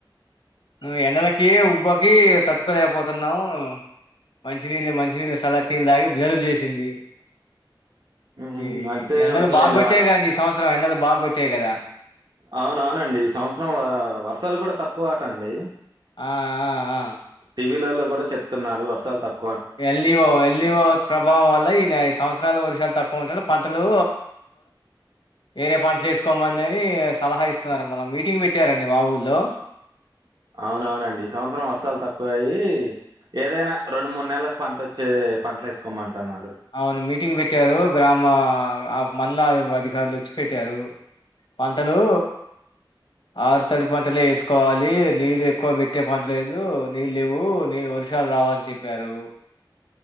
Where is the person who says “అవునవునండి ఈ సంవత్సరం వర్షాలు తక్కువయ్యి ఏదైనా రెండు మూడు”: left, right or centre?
Right